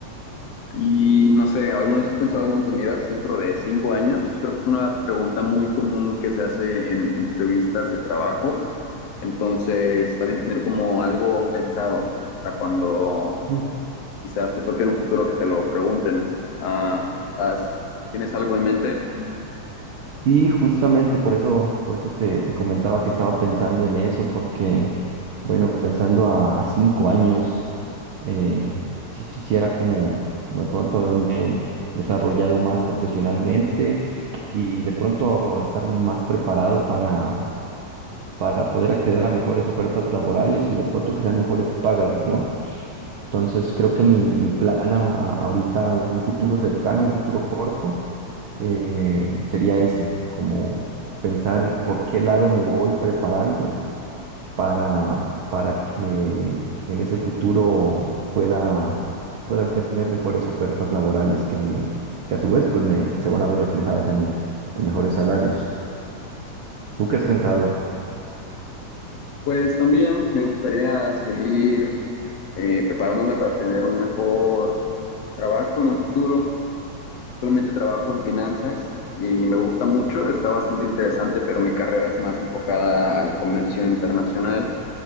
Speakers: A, on the left; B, on the right.
A: Y no sé, ¿alguna vez has pensado en dónde te miras dentro de cinco años? Creo que es una pregunta muy común que se hace en entrevistas de trabajo, entonces está bien tener como algo pensado para cuando
B: Sí.
A: quizás te toque en un futuro que te lo pregunten. Ah, ¿has- ¿tienes algo en mente?
B: Y justamente por eso, por eso te, te comentaba que estaba pensando en eso, porque, bueno, pensando a, a cinco años, eh, si quisiera como, como de pronto haberme desarrollado más profesionalmente y de pronto estar más preparado para, para poder acceder a mejores ofertas laborales y de pronto que sean mejores pagas, ¿no? Entonces creo que mi, mi plan a- a- ahorita, un futuro cercano, un futuro corto eh, sería ese, como pensar por qué lado me voy preparando para, para que en ese futuro pueda, pueda tener mejores ofertas laborales que me, que a su vez pues me, se van a ver reflejadas en, en mejores salarios. ¿Tú qué has pensado?
A: Pues también me gustaría seguir eh, preparándome para tener un mejor trabajo en un futuro. Actualmente trabajo en finanzas y me gusta mucho, está bastante interesante, pero mi carrera es más enfocada al comercio internacional.